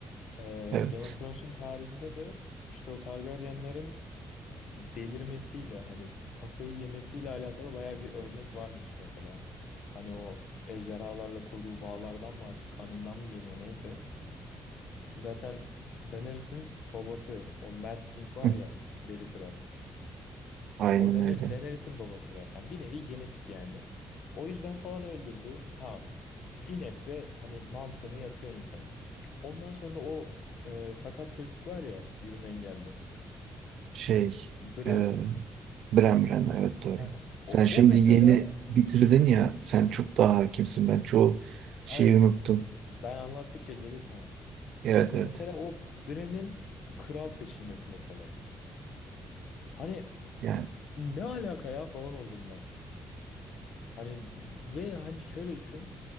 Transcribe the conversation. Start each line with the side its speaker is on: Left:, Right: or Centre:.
Left: Ee,
Right: Evet.
Left: Game of Thrones'un tarihinde de işte o Targaryenların delirmesiyle hani kafayı yemesiyle alakalı baya bir örnek varmış mesela. Hani o ejderhalarla kurduğu bağlardan mı artık kanından mı geliyor neyse. Zaten Daenerys'in babası o Mad King var
Right: Hı.
Left: ya Deli Kral.
Right: Aynen
Left: O Dene-
Right: öyle.
Left: Daenerys'in babası zaten. Bir nevi genetik yani. O yüzden falan öldürdü. Tamam. Bir nebze hani mantığını yatıyor insanın. Ondan sonra o e, sakat çocuk var ya yürüme engelli.
Right: Şey
Left: Bren.
Right: e, Bran Bran evet doğru.
Left: Heh. O,
Right: Sen şimdi
Left: o mesela
Right: yeni bitirdin ya sen çok daha hakimsin ben çoğu
Left: aynen
Right: şeyi unuttum.
Left: ben anlattıkça gelir sana.
Right: Evet
Left: Mesela
Right: evet.
Left: o Bren'in kral seçilmesi mesela. Hani
Right: Yani
Left: ne alaka ya falan oldum ben. Hani ve hani şöyle düşün.